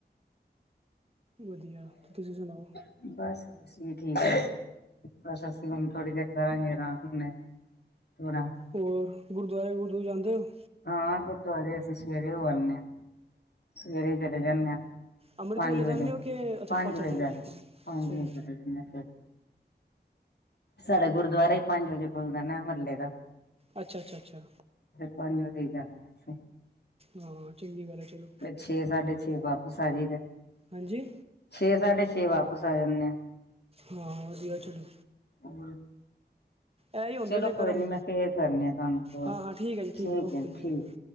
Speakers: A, on the right; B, on the left.
A: ਵਧੀਆ, ਤੁਸੀਂ ਸੁਣਾਓ?
B: ਬਸ ਬਸ ਅਸੀ ਵੀ ਠੀਕ ਐ ਬਸ ਅਸੀਂ ਹੁਣ ਥੋੜੀ ਦੇਰ ਕਰਾਂਗੇ ਅਰਾਮ ਹੁਣੇ ਥੋੜਾ
A: ਹੋਰ ਗੁਰਦੁਆਰੇ ਗੁਰਦਵੁਰੇ ਜਾਂਦੇ ਹੋ?
B: ਹਾਂ ਗੁਰਦੁਆਰੇ ਅਸੀਂ ਸਵੇਰੇ ਹੋ ਆਨੇ ਆ ਸਵੇਰੇ ਚਲੇ ਜਾਨੇ ਆ
A: ਅੰਮ੍ਰਿਤ
B: ਪੰਜ
A: ਵੇਲੇ
B: ਵਜੇ,
A: ਜਾਂਦੇ ਹੋ ਕਿ ਅੱਛਾ
B: ਪੰਜ ਵਜੇ,
A: ਪੰਜ
B: ਹਾਂਜੀ
A: ਸਹੀ
B: <unintelligible> ਸਾਡਾ ਗੁਰਦੁਆਰਾ ਈ, ਪੰਜ ਵਜੇ ਖੁੱਲਦਾ ਨਾ ਮਹੱਲੇ ਦਾ
A: ਅੱਛਾ ਅੱਛਾ ਅੱਛਾ
B: ਪੰਜ ਵਜੇ ਈ, ਜਾਨੇ ਆ ਅਸੀਂ।
A: ਹਾਂ, ਚੰਗੀ ਗੱਲ ਐ ਚਲੋ।
B: ਫਿਰ ਛੇ ਸਾਢੇ ਛੇ, ਵਾਪਿਸ ਆ ਜਾਈਦਾ।
A: ਹਾਂਜੀ?
B: ਛੇ ਸਾਢੇ ਛੇ, ਵਾਪਿਸ ਆ ਜਾਨੇ ਆ।
A: ਹਾਂ, ਵਧੀਆ ਚਲੋ।
B: ਹੋਰ
A: ਇਹ ਹੀ ਹੁੰਦੇ
B: ਚਲੋ
A: ਨੇ ਕਰਮ
B: ਕੋਈ ਨੀ, ਮੈਂ ਫੇਰ ਕਰਨੀ ਆ ਤੁਹਾਨੂੰ ਕੌਲ,
A: ਹਾਂ ਹਾਂ ਹੈ ਜੀ
B: ਠੀਕ
A: ਹੈ ਓਕੇ
B: ਐ
A: ਜੀ
B: ਠੀਕ।
A: ਓਕੇ